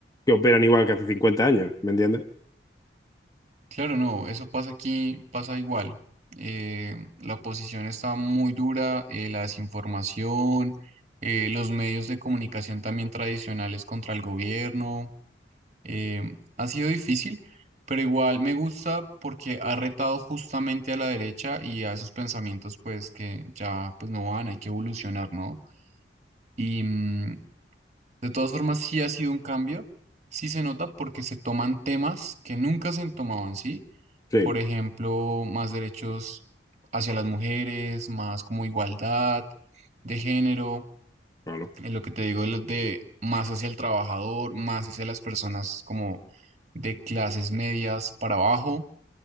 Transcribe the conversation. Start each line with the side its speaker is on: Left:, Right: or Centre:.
Left: que operan igual que hace 50 años? ¿Me entiendes?
Right: claro, no, eso pasa aquí, pasa igual. Eh, la oposición está muy dura, eh, la desinformación, eh, los medios de comunicación también tradicionales contra el gobierno. eh, ha sido difícil, pero igual me gusta porque ha retado justamente a la derecha y a esos pensamientos pues que ya pues no van, hay que evolucionar, ¿no? Y mm, de todas formas, sí ha sido un cambio, sí se nota porque se toman temas que nunca se tomaban, ¿sí?
Left: Sí,
Right: Por ejemplo, más derechos hacia las mujeres, más como igualdad de género,
Left: claro.
Right: en lo que te digo, lo de más hacia el trabajador, más hacia las personas como de clases medias para abajo